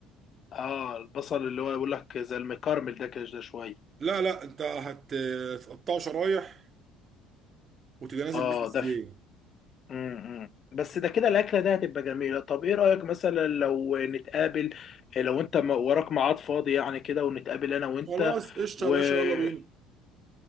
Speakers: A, on the left; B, on the right.
A: اه البصل اللي هو يقول لك زي المكرمل ده كده ده شويه
B: لا لا انت هت- هتقطعه شرايح وتبقى نازل
A: اه
B: بيه في الزيت
A: ده ف... م -م. بس ده كده الاكله ده هتبقى جميله طب ايه رايك مثلا لو نتقابل إيه، لو انت م- وراك ميعاد فاضي يعني كده ونتقابل انا وانت
B: خلاص قشطه
A: وخلاص
B: يا باشا يلا بينا